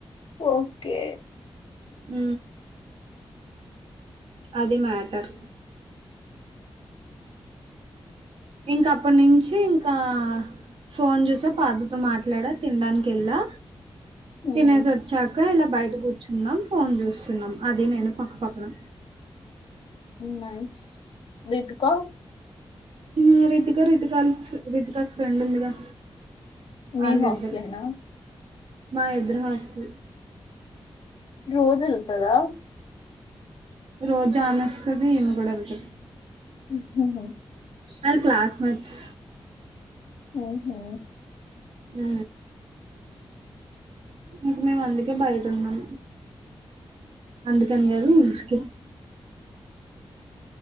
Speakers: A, on the left; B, on the right.
A: ఓకే
B: ఊ అది మాటర్
A: అ
B: ఇంకా అప్పట్ నుంచీ ఇంకా ఫోన్ చూశా పార్దుతో మాట్లాడా తిన్డానికి ఎళ్ళా
A: హ్మ్.
B: తినేశి వచ్చాకా ఇలా బయట కూర్చున్నాం ఫోన్ చూస్తున్నాం అదీ నేను పక్కపక్కన.
A: నైస్ రీతుకా
B: ఊ రితిక రితికాళ్ రితికాక్క్ ఫ్రెండ్ ఉందిగా
A: మీ
B: ఆళ్ళిద్దరు
A: హాస్టలేనా?
B: మా ఎదురు హాస్టల్
A: రోజ్ ఎల్తదా
B: రోజు ఆమె వస్తది ఈమె గూడా ఎళ్తది
A: హహ
B: ఆల్ క్లాస్ మెట్స్
A: ఆహా
B: ఆ ఇంక మేమ్ అందుకే బయట ఉన్నం అందుకని కదూ <unintelligible>